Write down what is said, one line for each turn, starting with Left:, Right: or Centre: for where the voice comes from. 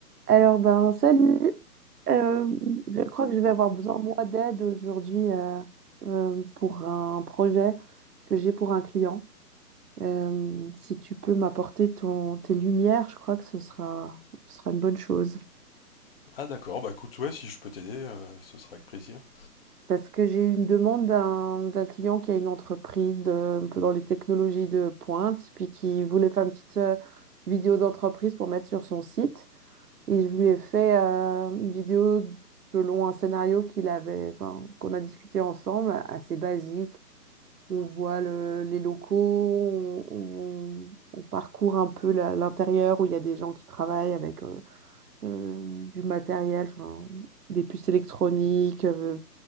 Right: Alors, ben, salut. Euh, je crois que je vais avoir besoin, moi, d'aide aujourd'hui euh, euh, pour un projet que j'ai pour un client. Euh, si tu peux m'apporter ton, tes lumières, je crois que ce sera, ce sera une bonne chose.
Left: Ah d'accord, bah écoute, ouais, si je peux t'aider, euh, ce sera avec plaisir.
Right: Parce que j'ai une demande d'un d'un client qui a une entreprise de- un peu dans les technologies de pointe, puis qui voulait faire une petite euh, vidéo d'entreprise pour mettre sur son site. Et je lui ai fait euh, une vidéo selon un scénario qu'il avait, enfin, qu'on a discuté ensemble, assez basique. On voit le- les locaux, on, on- on parcourt un peu la- l'intérieur où il y a des gens qui travaillent avec euh, euh, du matériel, enfin, des puces électroniques, euh,